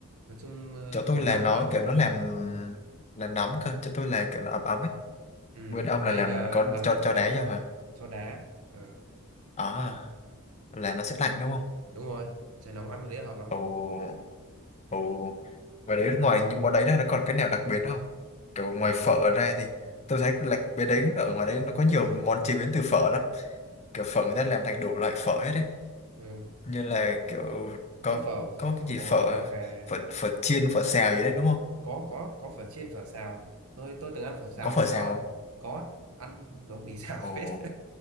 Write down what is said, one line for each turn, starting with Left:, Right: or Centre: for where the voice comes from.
Right: nói chung ờ,
Left: chỗ tôi
Right: trời
Left: là
Right: nóng
Left: nó
Right: mà ăn
Left: kiểu
Right: thế
Left: nó làm làm nóng cơ chỗ tôi là kiểu nó ấm ấm ấy
Right: ừ
Left: nguyên ông
Right: còn
Left: là
Right: đây
Left: làm
Right: là
Left: có
Right: làm
Left: cho cho
Right: làm
Left: đá vô hả
Right: cho đá ừ,
Left: ờ là nó sẽ lạnh đúng không
Right: đúng rồi trời nóng ăn cái đấy là hợp lắm
Left: ồ ồ Và đấy ngoài những món đấy ra nó còn cái nào đặc biệt không? Kiểu ngoài phở ra thì tôi thấy là bên đấy ở ngoài đấy nó có nhiều món chế biến từ phở lắm. Kiểu phở người ta làm thành đủ loại phở hết đấy.
Right: ừ.
Left: Như là kiểu có
Right: có phở phở
Left: có cái gì
Right: bò
Left: phở
Right: phở gà
Left: phở phở chiên, phở xào gì đấy đúng không?
Right: có có có phở chiên phở xào tôi tôi từng ăn phở xào
Left: Có phở
Right: rồi nó
Left: xào không?
Right: có ăn giống mì xào
Left: Ồ.
Right: <laughs> phết